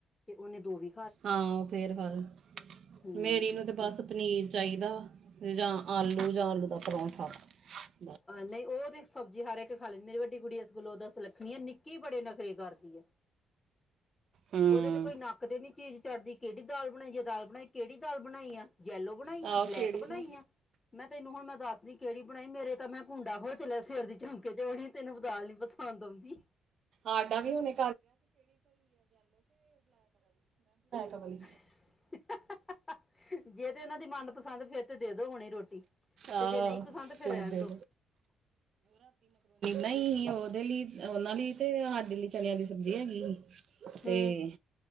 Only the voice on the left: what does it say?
ਤੇ ਉਹਨੇ ਦੋ ਹੀ
ਹੂੰ
ਅਹ ਨਹੀਂ ਉਹ ਤੇ ਸਬਜ਼ੀ ਹਰ ਇੱਕ ਖਾ ਲੈਂਦੀ, ਮੇਰੀ ਵੱਡੀ ਕੁੜੀ ਇਸ ਗਲੋਂ ਦੱਸ ਲੱ ਖਣੀ ਨੀ ਇਹ ਨਿੱਕੀ ਬੜੇ ਨਖਰੇ ਕਰਦੀ ਏ।
ਉਹਦੇ ਤੇ ਕੋਈ ਨੱਕ ਤੇ ਨੀ ਚੀਜ਼ ਚੜਦੀ, ਕਿਹੜੀ ਦਾਲ ਬਣਾਈ, ਜੇ ਦਾਲ ਬਣਾਈ। ਕਿਹੜੀ ਦਾਲ ਬਣਾਈ ਆ, ਯੈਲੋ ਬਣਾਈ
ਆ, ਬਲੈਕ
ਬਣਾਈ
ਆ? ਮੈਂ ਤੈਨੂੰ ਹੁਣ ਮੈਂ ਦੱਸ ਨ ਕਿਹੜੀ ਬਣਾਈ ਮੇਰੇ ਤਾਂ ਮੈਂ ਕੁੰਡਾ ਖੋਹ ਚਲਿਆ, ਸਵੇਰ ਦੀ ਚੌਂਕੇ ਚੜ੍ਹੀ, ਤੈਨੂੰ ਦਾਲ ਨੀ ਪਸੰਦ ਆਦੀ।
<unintelligible>
ਜੇ ਤੇ ਉਹਨਾਂ ਦੀ ਮਨ ਪਸੰਦ ਫੇਰ ਤੇ ਦੇ ਦੋ ਹੁਣੇ ਰੋਟੀ,
ਤੇ ਜੇ ਨਹੀਂ ਪਸੰਦ ਫਿਰ
ਰਹਿਣ
ਦੋ।
ਹੂੰ